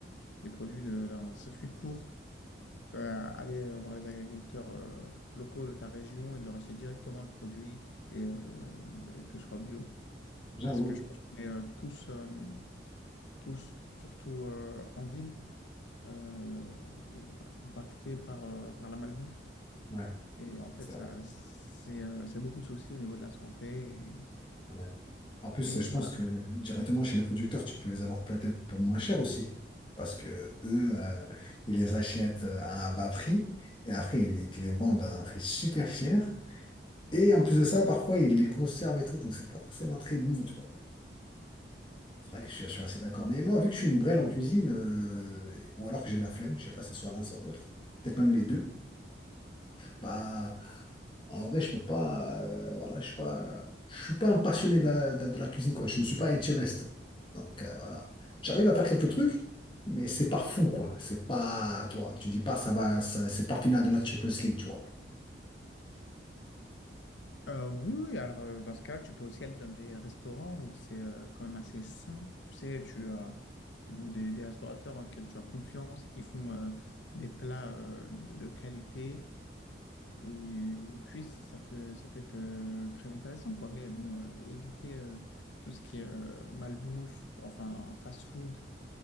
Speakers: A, on the left; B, on the left.
A: des produits de, d'un circuit court. Tu vas aller euh, voir les agriculteurs euh, locaux de ta région et de leur acheter directement le produit et, euh, et que ce soit bio.
B: J'avoue.
A: Parce que je pense qu'on est euh, tous, euh, tous, surtout euh, en ville, euh, impactés par, euh, par la malbouffe.
B: Ouais,
A: Et en fait,
B: c'est vrai.
A: ça, c'est euh, c'est beaucoup de soucis au niveau de la santé.
B: Ouais. En plus,
A: Et,
B: je
A: et voilà.
B: pense que directement chez les producteurs, tu peux les avoir peut-être pour moins cher aussi. Parce que eux, euh, ils les achètent à un bas prix et après, ils les, ils te les vendent à un prix super cher. Et en plus de ça, parfois, ils les conservent et tout, donc c'est pas forcément très bon, tu vois. C'est vrai que je, je suis assez d'accord. Mais moi, vu que je suis une brêle en cuisine, euh, ou alors que j'ai la flemme, je sais pas, c'est soit l'un, soit l'autre, peut-être même les deux, bah, en vrai, je peux pas, euh, voilà, je suis pas, je suis pas un passionné de la, de, de la cuisine, quoi. Je ne suis pas Etchebest. Donc, euh, voilà. J'arrive à faire quelques trucs, mais c'est pas fou, quoi. C'est pas, tu vois, tu dis pas, ça va, ça- c'est pas final de la Champions League, tu vois.
A: Euh, oui, oui, alors euh, dans ce cas-là, tu peux aussi aller dans des restaurants où c'est euh, quand même assez sain, tu sais, tu as ou des, des restaurateurs auxquels tu as confiance et qui font euh, des plats euh, de, de qualité Et puis, si ça peut, ça peut être euh, très intéressant, quoi. Mais bon, euh, éviter euh, tout ce qui est euh, malbouffe, enfin fast-food,